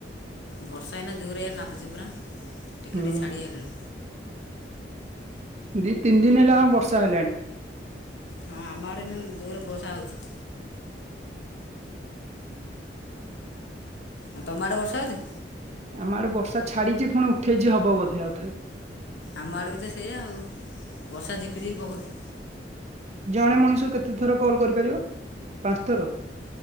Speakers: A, on the left (about 80°); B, on the right (about 40°).
A: ବର୍ଷା ଏଇନା ଜୋରରିଆ ନାଦୁଛି ପରା ଟିକେ
B: ହୁଁ
A: ଟିକେ ଛାଡ଼ି ଆଇଲାଣି।
B: ଦି ତିନି ଦିନ ହେଲା ଆ ବର୍ଷା ହେଲାଣି।
A: ହଁ ଆମ ଆଡେ ଏନା ଯୋରେ ବର୍ଷା ହଉଛି। ଆ ତମେ ଆଡେ ବର୍ଷା ହୋଉଛି?
B: ଆମ ଆଡେ ବର୍ଷା ଛାଡିଛି ପୁଣି ଉଠେଇଛି ହବ ବୋଧେ ଆଉଥରେ।
A: ଆମ ଆଡ଼େ ବି ତ ସେଇୟା ଆଉ ବର୍ଷା ଝିପିଝିପି ପକଉଛି।
B: ଜଣେ ମଣିଷକୁ କେତେ ଥର କ। ଲ୍ କରିପାରିବ ପାଞ୍ଚ ଥର